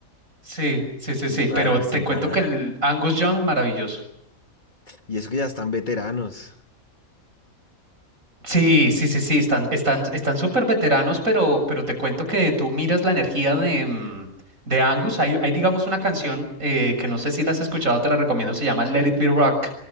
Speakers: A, on the right; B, on the left.
A: Sí, sí, sí,
B: Sin
A: sí,
B: parar,
A: pero te
B: sin
A: cuento
B: parar.
A: que el Angus Young, maravilloso.
B: Y eso que ya están veteranos.
A: Sí, sí, sí, sí, están, están, están súper veteranos, pero, pero te cuento que tú miras la energía de, mm, de Angus. Hay, hay, digamos, una canción eh, que no sé si la has escuchado, te la recomiendo, se llama Let It Be Rock